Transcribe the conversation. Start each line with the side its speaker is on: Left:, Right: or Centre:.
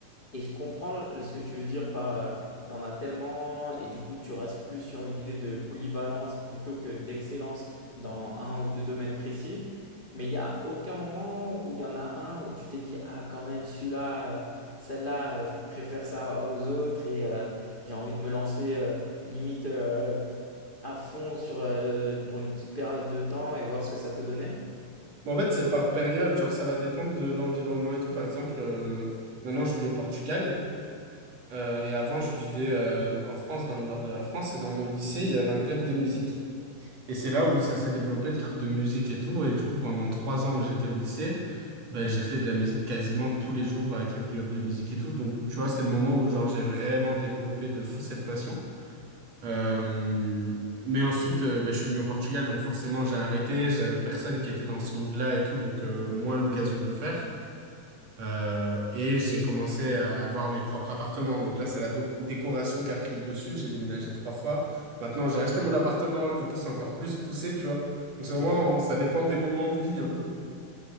Left: et je comprends ce que tu veux dire par euh, t'en as tellement et du coup tu restes plus sur une idée de polyvalence plutôt que d'excellence dans un ou deux domaines précis. Mais il n'y a aucun moment où il y en a un où tu t'es dit, ah quand même celui-là, euh, celle-là, euh, je préfère ça aux autres et euh, j'ai envie de me lancer euh, limite. euh, à fond sur, euh, pour une petite période de temps et voir ce que ça peut donner?
Right: Bon, en fait, c'est par période, genre ça va dépendre de l'environnement et tout. Par exemple, euh, maintenant je vis au Portugal euh, et avant je vivais euh, donc en France, dans le nord de la France et dans mon lycée il y avait un club de musique. Et c'est là où ça s'est développé le truc de musique et tout. Et du coup, pendant trois ans où j'étais au lycée, ben, j'ai fait de la musique quasiment tous les jours avec le club de musique et tout. Donc tu vois, c'est le moment où genre j'ai vraiment développé de fou cette passion. Euh, mais ensuite, euh, bah, je suis venu au Portugal, donc forcément j'ai arrêté. J'avais personne qui était dans ce mood-là et tout, donc euh, moins l'occasion de le faire. Euh, et j'ai commencé à avoir mes propres appartements. Donc là, c'est la do- décoration qui a pris le dessus. J'ai déménagé trois fois. Maintenant, j'ai acheté mon appartement. Du coup, c'est encore plus poussé, tu vois. Donc
Left: Ok.
Right: c'est vraiment,
Left: Ouais,
Right: ça dépend des moments de vie un peu.